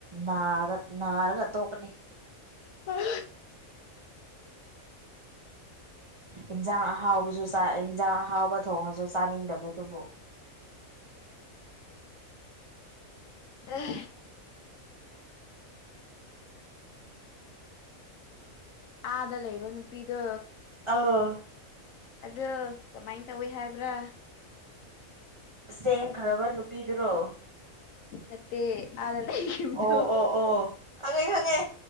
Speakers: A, on the right; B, on the left.
A: ꯅꯥꯕ ꯅꯥꯔꯒ ꯇꯣꯛꯀꯅꯤ
B: ꯍꯝ
A: ꯏꯟꯖꯥꯡ ꯑꯍꯥꯎꯕꯁꯨ ꯆꯥꯏ ꯏꯟꯖꯥꯡ ꯑꯍꯥꯎꯕ ꯊꯣꯡꯉꯁꯨ ꯆꯥꯅꯤꯡꯗꯕꯗꯨꯕꯨ
B: ꯑꯦ ꯑꯥꯗ ꯂꯩꯕ ꯅꯨꯄꯤꯗꯣ
A: ꯑꯧ
B: ꯑꯣ ꯀꯃꯥꯏꯅ ꯇꯧꯏ ꯍꯥꯏꯕ꯭ꯔꯥ
A: ꯆꯦꯡꯈ꯭ꯔꯕ ꯅꯨꯄꯤꯗꯨꯔꯣ
B: ꯅꯠꯇꯦ ꯑꯥꯗ ꯂꯩꯈꯤꯕꯗꯣ
A: ꯑꯣ ꯑꯣ ꯑꯣ ꯈꯪꯉꯦ ꯈꯪꯉꯦ